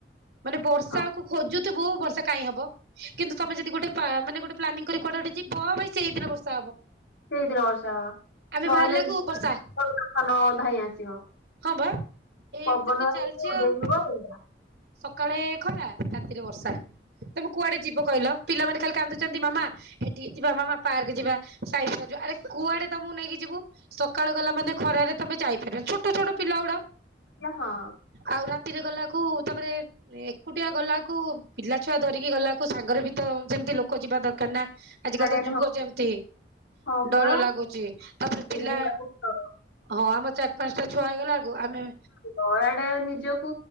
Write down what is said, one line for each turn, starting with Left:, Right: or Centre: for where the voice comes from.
Right: ମାନେ ବର୍ଷାକୁ
Left: ହଁ
Right: ଖୋଜୁଥିବୁ ବର୍ଷା କାଇଁ ହବ। କିନ୍ତୁ ତମେ ଯଦି ଗୋଟେ ପା ମାନେ ଗୋଟେ ପ୍ଲାନିଂ କରି କୁଆଡେ ଗୋଟେ ଯିବ ଭାଇ ସେଇ ଦିନ ବର୍ଷା ହବ।
Left: ସେଇ ଦିନ ବର୍ଷା ହବ
Right: ଆମେ
Left: ନହେଲେ
Right: ବାହାରିଲାକୁ
Left: ଧାନ
Right: ବର୍ଷା
Left: ଧାଇଁ ଆସିବ।
Right: ହଁ ବା ଏ
Left: ପବନ
Right: ଏମିତି ତ
Left: ହେଇକି
Right: ଚାଲିଛି
Left: ଉଡେଇ
Right: ଆଉ।
Left: ନବ ହେଇଗଲା
Right: ସକାଳେ ଖରା ରାତିରେ ବର୍ଷା। ତମେ କୁଆଡେ ଯିବ କହିଲ ପିଲାମାନେ ଖାଲି କାନ୍ଦୁଛନ୍ତି ମାମା ଏଠିକି ଯିବା ମାମା ପାର୍କ ଯିବା। ସାଇ ସାରୁ ଆରେ କୁଆଡେ ତମକୁ ନେଇକି ଯିବୁ ସକାଳୁ ଗଲା ମାନେ ଖରାରେ ତମେ ଯାଇପାରିବନି ଛୋ ଟ ଛୋଟ ପିଲାଗୁଡ଼ା।
Left: ଆଜ୍ଞା ହଁ।
Right: ଆଉ ରାତିରେ ଗଲାକୁ ତାପରେ ଏକୁଟିଆ ଗଲାକୁ ପିଲା ଛୁଆ ଧରିକି ଗଲାକୁ ସାଙ୍ଗରେ ବି ତ ଯେମତି ଲୋକ ଯିବା ଦରକାର ନା ଆଜିିକାଲି
Left: ଗାର୍ଡିଆନ
Right: ତ ଯୁଗ
Left: ହଁ
Right: ଯେମିତି
Left: ହଁ ପରା
Right: ଡର ଲାଗୁଛି ତାପରେ ପିଲା
Left: ଯିବାକୁ ପଡିବ।
Right: ହଁ ଆମ ଚାରି ପାଞ୍ଚଟା ଛୁଆ ହେଇଗଲା ବେଳକୁ ଆମେ
Left: ଦଆଡେ ନିଜକୁ